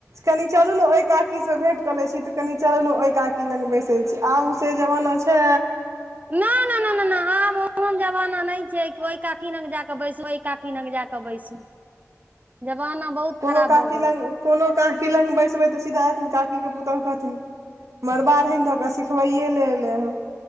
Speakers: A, on the right; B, on the right.
A: कनि चलू नऽ ओहि काकीसँ भेट क लै छी तऽ कनि चलूल ने ओहि काकी लग बैसै छी आब ओ से जमाना छै
B: नहि नहि ना ना ना ना आब ओहन जमाना नहि छै ओहि काकी लग जाक बैसु ओहि काकी लग जाक बैसु जमाना बहुत
A: कोनो
B: खराब
A: काकी
B: भऽ गेलै
A: लग कोनो काकी लग बैसबै तऽ सीधा एथिन काकीके पुतोहु कहथिन मार बाड़हनि ध कऽ सिखबैए लऽ एलै हन